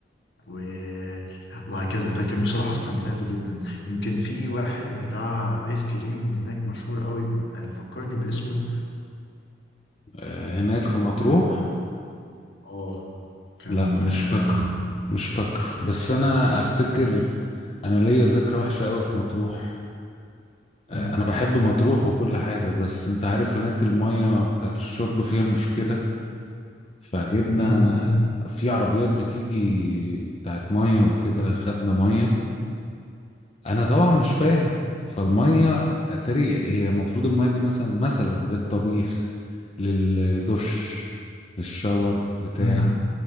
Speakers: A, on the left; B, on the left.
A: و... وهكذا لكن بصراحة استمتعت جدا يمكن في واحد بتاع آيس كريم هناك مشهور قوي آه، فكرني باسمه
B: آه، هناك
A: كان
B: في مطروح
A: اه كان
B: لا مش
A: آه،
B: فاكره مش فاكره بس انا افتكر انا ليا ذكرى وحشة قوي في مطروح آه،
A: مم،
B: انا بحب مطروح وكل حاجة بس انت عارف هناك المية بتاعت الشرب فيها مشكلة فجبنا
A: مم، مم،
B: في عربيات بتيجي بتاعت مية وكده خدنا مية انا طبعا مش فاهم فالمية اتاري هي المفروض المية دي مثلا مثلا للطبيخ للدش للشاور بتاع
A: مم، مم.